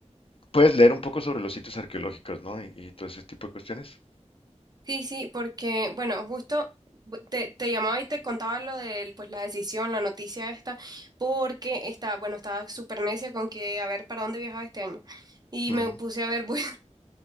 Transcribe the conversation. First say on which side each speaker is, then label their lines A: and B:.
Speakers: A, on the left (about 50°); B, on the right (about 35°).
A: puedes leer un poco sobre los sitios arqueológicos, ¿no? Y, y todo ese tipo de cuestiones.
B: Sí, sí, porque, bueno, justo bu- te, te llamaba y te contaba lo de, pues, la decisión, la noticia esta, porque estaba, bueno, estaba súper necia con que a ver para dónde viajaba este año. Y
A: Ujú.
B: me puse a ver, <laughs> bueno,